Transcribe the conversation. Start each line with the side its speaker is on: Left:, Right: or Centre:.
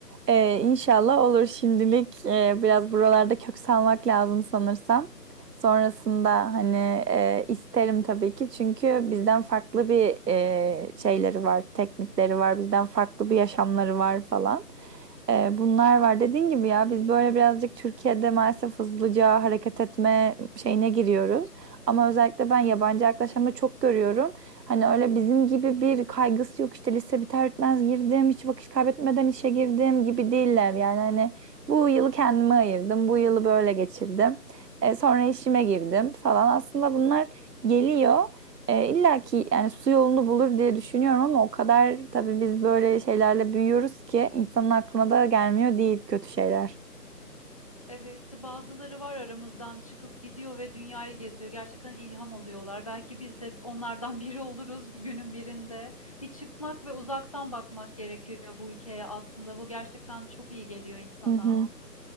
Right: Ee, inşallah olur şimdilik e, biraz buralarda kök salmak lazım sanırsam. Sonrasında hani e, isterim tabii ki çünkü bizden farklı bir e, şeyleri var, teknikleri var, bizden farklı bir yaşamları var falan. E, bunlar var. Dediğin gibi ya biz böyle birazcık Türkiye'de maalesef hızlıca hareket etme şeyine giriyoruz. Ama özellikle ben yabancı yaklaşımda çok görüyorum. Hani öyle bizim gibi bir kaygısı yok işte lise biter bitmez girdim, hiç vakit kaybetmeden işe girdim gibi değiller. Yani hani bu yılı kendime ayırdım, bu yılı böyle geçirdim. E, sonra işime girdim falan. Aslında bunlar geliyor. E, illa ki yani su yolunu bulur diye düşünüyorum ama o kadar tabii biz böyle şeylerle büyüyoruz ki insanın aklına da gelmiyor değil kötü şeyler.
Left: Evet, bazıları var aramızdan çıkıp gidiyor ve dünyayı geziyor. Gerçekten ilham oluyorlar. Belki biz de onlardan <laughs> biri oluruz bir günün birinde. Bir çıkmak ve uzaktan bakmak gerekiyor bu ülkeye aslında. Bu gerçekten çok iyi geliyor insana.
Right: Hı hı.